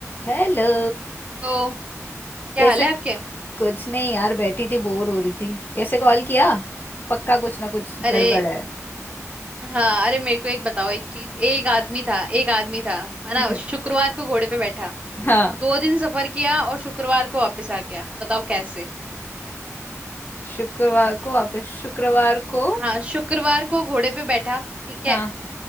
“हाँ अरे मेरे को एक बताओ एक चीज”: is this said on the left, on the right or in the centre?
Right